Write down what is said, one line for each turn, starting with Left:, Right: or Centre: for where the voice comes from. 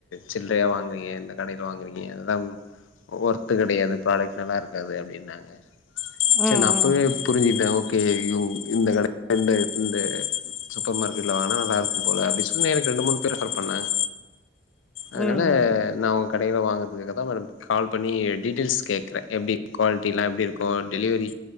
Left: சில்றையா வாங்குறீங்க எந்த கடைல வாங்குறீங்க எல்லாம் ஒர்த்து கெடையாது ப்ராடெக் நல்லா இருக்காது அப்டின்னாங்க சரி
Centre: ம்
Left: நா அப்போவே
Centre: ம்
Left: புரிஞ்சுட்ட ஓகே தேயும் இந்த கட <inaudible> இந்த இந்த சூப்பர் மார்கெட்ல வாங்கன நல்லாக்கும் போல அப்டினு சொன்ன எனக்கு ரெண்டு மூணு பிரிஃபர் பண்ணாங்க அதுனால
Centre: ம்
Left: நா உங்க கடைல வாங்கறதுக்காக தா மேடம் கால் பண்ணி டீட்டெய்ல்ஸ் கேக் ற எப்டி கோல்ட்டிலா எப்டி இருக்கு டெலிவெரி